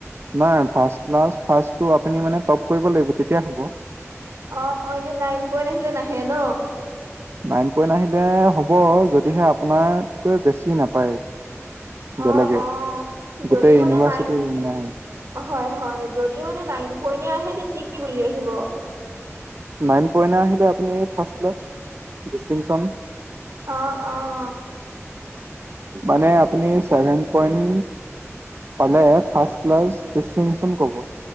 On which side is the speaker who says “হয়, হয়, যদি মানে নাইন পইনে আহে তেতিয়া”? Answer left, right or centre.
Right